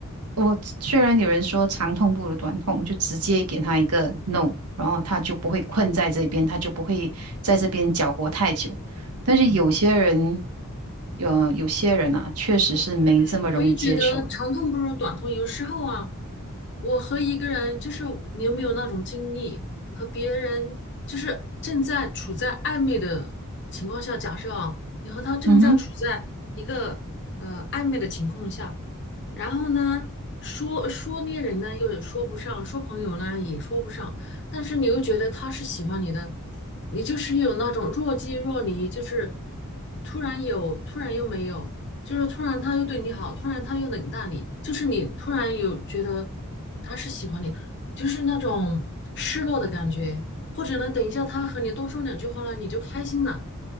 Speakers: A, on the right (about 85°); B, on the left (about 55°).
A: 我虽然有人说长痛不如短痛，就直接给他一个 no，然后他就不会困在这边，他就不会在这边搅和太久。但是有些人，
B: 嗯。
A: 有有些人啊，确实是没这么容易接受的。
B: 哦，对，我也觉得长痛不如短痛。有时候啊，我和一个人，就是你有没有那种经历，和别人就是正在处在暧昧的情况下，假设啊，你和他正在处在一个呃暧昧的情况下，
A: 嗯哼，
B: 然后呢，说说恋人呢，又说不上；说朋友呢，也说不上。但是你又觉得他是喜欢你的，你就是有那种若即若离，就是突然有，突然又没有，就是突然他又对你好，突然他又冷淡你，就是你突然有觉得他是喜欢你，就是那种失落的感觉。或者呢，等一下他和你多说两句话呢，你就开心了。